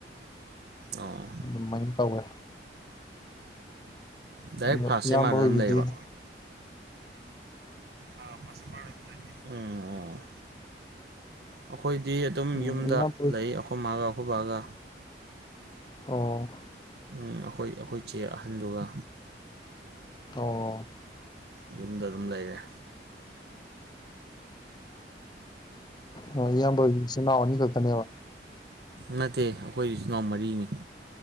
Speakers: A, on the right; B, on the left.
A: ꯑꯣ
B: ꯑꯗꯨꯃꯥꯏꯅ ꯇꯧꯋꯦ꯫
A: ꯗꯥꯏꯔꯦꯛ
B: ꯑꯗꯨꯒ
A: ꯐꯥꯔꯁ
B: ꯏꯌꯥꯝꯕ
A: ꯑꯦꯝ ꯑꯥꯔꯗ
B: ꯍꯣꯏꯈꯤꯗꯤ꯫
A: ꯑꯗꯨꯝ ꯂꯩꯕ ꯑ ꯐꯁ ꯑꯦꯃꯔꯗ ꯑꯗꯨꯝ ꯂꯩꯌꯦ ꯎꯝ ꯎꯝ꯫ ꯑꯩꯈꯣꯏꯗꯤ ꯑꯗꯨꯝ
B: ꯎꯝ
A: ꯌꯨꯝꯗ
B: ꯏꯌꯥꯝꯕ ꯍꯣꯏ
A: ꯂꯩ ꯑꯩꯈꯣꯏ ꯃꯥꯒ ꯑꯩꯈꯣꯏ ꯕꯥꯒ꯫
B: ꯑꯣ
A: ꯑꯩꯈꯣꯏ ꯑꯩꯈꯣꯏ ꯆꯦ ꯑꯍꯟꯗꯨꯒ꯫
B: ꯑꯣ
A: ꯌꯨꯝꯗ ꯑꯗꯨꯝ ꯂꯩꯔꯦ꯫
B: ꯑꯣꯝ ꯏꯌꯥꯝꯕꯒꯤꯁꯨꯅꯥꯎ ꯑꯅꯤ ꯈꯛꯇꯅꯦꯕ꯫
A: ꯅꯠꯇꯦ ꯑꯩꯈꯣꯏ ꯏꯆꯤꯜ ꯏꯅꯥꯎ ꯃꯔꯤꯅꯤ꯫